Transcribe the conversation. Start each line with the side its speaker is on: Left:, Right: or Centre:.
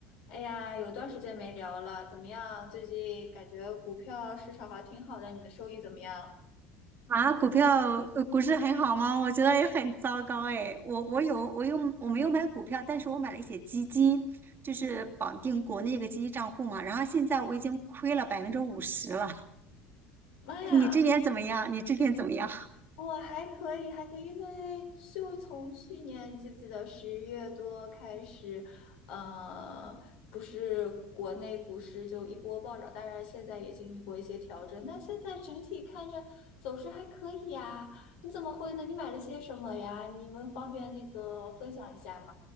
Left: 哎呀，有段时间没聊了，怎么样？最近感觉股票市场还挺好的，你的收益怎么样？
Right: 啊，股票呃股市很好吗？我觉得也很糟糕哎。我我有我有我没有买股票，但是我买了一些基金，就是绑定国内一个基金账户嘛。然后现在我已经亏了百分之五十了。
Left: 妈呀，
Right: <laughs> 你这边怎么样？你这边怎么样？
Left: 我还可以，还可以，因为就从去年，你记不记得十月多开始，呃，不是国内股市就一波暴涨，当然现在也经历过一些调整，但现在整体看着走势还可以呀。你怎么会呢？你买了些什么呀？你们方便那个分享一下吗？